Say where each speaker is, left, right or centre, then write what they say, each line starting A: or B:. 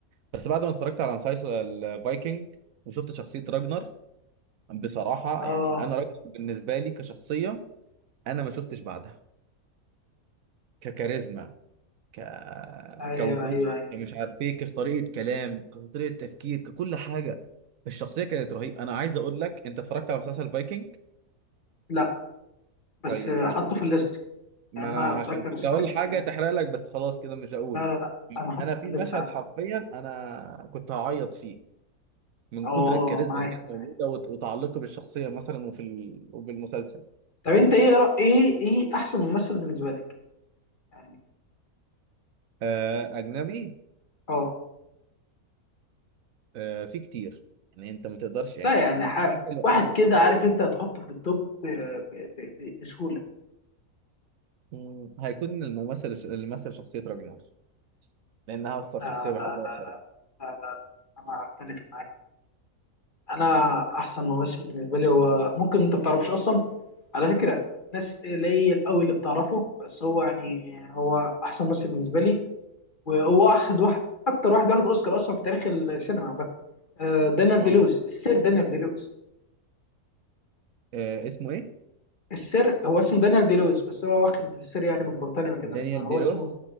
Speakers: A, on the right; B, on the left.
A: بس بعد ما اتفرجت على مسلسل فايكنج وشفت شخصية راجنر بصراحة
B: اه
A: يعني انا راجنر بالنسبة لي كشخصية انا ما شفتش بعدها ككاريزما ك...
B: ايوه
A: كوجود
B: ايوه ايوه
A: يعني مش عارف ايه كطريقه كلام كطريقه تفكير ككل حاجه الشخصيه كانت رهيبه انا عايز اقول لك انت اتفرجت على مسلسل فايكنج
B: لا بس
A: طيب
B: آه،
A: يعني
B: حطه في الليست
A: ما
B: يعني
A: انا
B: انا اتفرجت
A: عشان كنت
B: على مسلسلات
A: اقول
B: كتير
A: حاجه تحرق لك بس خلاص كده مش هقول
B: لا لا لا انا حاطه
A: انا في
B: في الليست
A: مشهد
B: عندي
A: حرفيا انا كنت هعيط فيه من
B: اه
A: كتر الكاريزما
B: معاك
A: اللي كانت موجوده
B: معاك
A: وت- وتعلقي بالشخصيه مثلا وفي ال... وبالمسلسل
B: طب انت ايه
A: آه،
B: رأ... ايه ايه احسن ممثل بالنسبه لك يعني
A: آه، اجنبي
B: اه
A: آه، في كتير يعني انت ما تقدرش يعني
B: لا يعني
A: دي
B: ح...
A: الحاجه الوحيده
B: واحد كده عارف انت هتحطه في التوب ب... ب... ب... بسهولة
A: مم، هيكون الممثل الش- اللي مثل شخصية راجنر لأنها أكثر
B: لا
A: شخصية بحبها
B: لا لا
A: بصراحة
B: لا لا لا لا. انا اختلف معاك انا احسن ممثل بالنسبة لي هو ممكن انت ما تعرفوش اصلا على فكرة ناس قليل قوي اللي بتعرفه بس هو يعني هو احسن ممثل بالنسبة لي وهو واخد واحد اكتر واحد واخد اوسكار اصلا في تاريخ السينما عامة آه، دانيال
A: اه
B: دي لويس السير دانيال دي لويس
A: آه اسمه إيه؟
B: السر هو اسمه دانيال دي لويس بس هو واخد السر يعني من بريطانيا كده
A: دانيال
B: فهو
A: دي
B: اسمه
A: روس